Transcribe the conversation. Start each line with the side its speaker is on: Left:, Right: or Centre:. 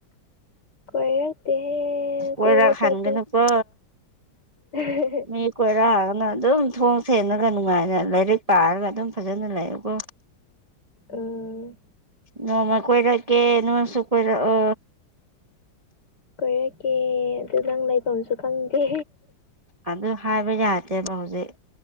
Left: ꯀꯣꯏꯔꯛ ꯊꯦꯍꯦ
Right: ꯀꯣꯏꯔꯛ
Left: ꯀꯣꯏꯕ ꯆꯠꯄ꯫
Right: ꯍꯟꯒꯅꯨꯀꯣ
Left: <unintelligible>
Right: ꯃꯤ ꯀꯣꯏꯔꯛꯑꯒꯅ ꯑꯗꯨꯝ ꯊꯣꯡꯁꯦꯅꯔꯒ ꯅꯨꯡꯉꯥꯏꯅ ꯂꯥꯏꯔꯤꯛ ꯄꯥꯔꯒ ꯑꯗꯨꯝ ꯐꯖꯅ ꯂꯩꯌꯨꯀꯣ꯫
Left: ꯎꯝ꯫
Right: ꯅꯣꯡꯃ ꯀꯣꯏꯂꯀꯦ ꯅꯣꯟꯁꯨ ꯀꯣꯏꯂ ꯑ
Left: ꯀꯣꯏꯔꯛꯀꯦ ꯑꯗꯨ ꯅꯪ ꯂꯩꯐꯝꯁꯨ ꯈꯪꯗꯦ
Right: ꯑꯗꯨ ꯍꯥꯏꯕ ꯌꯥꯗꯦꯕ ꯍꯧꯖꯤꯛ